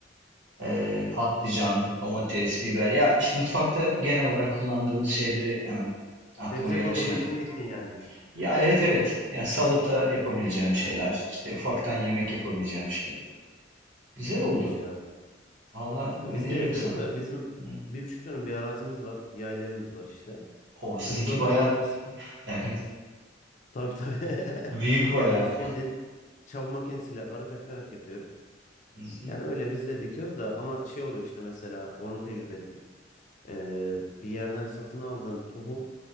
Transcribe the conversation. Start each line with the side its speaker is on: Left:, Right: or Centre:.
Right: Ee, patlıcan, domates, biber. Ya işte mutfakta genel olarak kullandığımız şeyleri hemen aklıma
Left: Sebze
Right: gelen
Left: grubunun
Right: şeyleri.
Left: hepsini diktin yani.
Right: Ya evet evet. Yani salata yapabileceğim şeyler. işte ufaktan yemek yapabileceğim şeyler. Güzel
Left: E, Çok
Right: oldu.
Left: iyiymiş ya.
Right: Valla öneririm
Left: Ya biz de yapıyoruz
Right: sana.
Left: da bizim
Right: Hı.
Left: bir buçuk dönüm bir arazimiz var. Yayla evimiz var işte.
Right: O sizinki
Left: Yani biz orada
Right: bayağı
Left: kendimiz
Right: <laughs> evet.
Left: tabii tabii. <laughs>
Right: Büyük bayağı.
Left: Yani biz bildiğin çapa makinesiyle arık açarak yapıyoruz.
Right: Hı hı.
Left: Yani öyle biz de dikiyoruz da ama şey oluyor işte mesela onu tecrübe ettik. Ee, bir yerden satın aldığın tohum